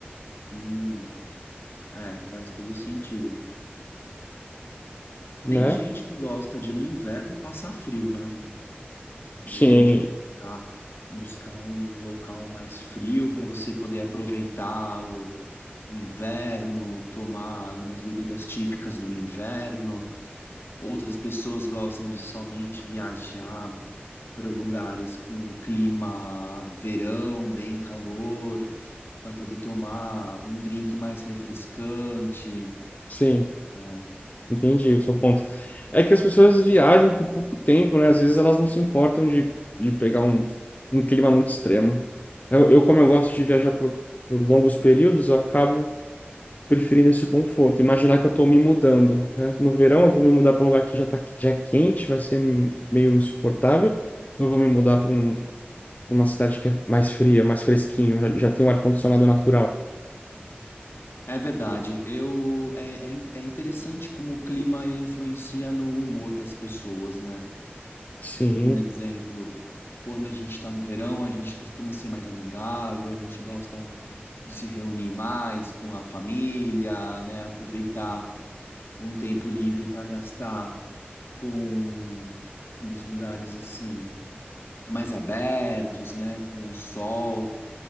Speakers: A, on the left (about 75°); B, on the left (about 40°).
A: Hum, é, faz todo sentido.
B: né?
A: Tem gente que gosta de no inverno passar frio, né? De
B: Sim,
A: repente buscar, buscar um local mais frio para você poder aproveitar o, o inverno, tomar algumas bebidas típicas do inverno. Outras pessoas gostam de somente viajar para lugares com o clima verão, bem calor, para poder tomar um drink mais refrescante.
B: sim.
A: né?
B: Entendi o seu ponto. É que as pessoas viajam por pouco tempo, né? Às vezes elas não se importam de, de pegar um, um clima muito extremo. Eu, eu, como eu gosto de viajar por, por longos períodos, eu acabo preferindo esse conforto. Imaginar que eu estou me mudando, né? No verão eu vou me mudar para um lugar que já tá, já é quente, vai ser meio insuportável. Eu vou me mudar para um, uma cidade que é mais fria, mais fresquinho, já, já tem um ar-condicionado natural.
A: É verdade. Eu é, é, in- é interessante como o clima ele influencia no humor das pessoas, né?
B: Sim,
A: Por um exemplo, quando a gente está no verão, a gente costuma ser mais amigável, a gente gosta de se reunir mais com a família, né? Aproveitar um tempo livre para gastar com nos lugares assim mais abertos, né? Com o sol.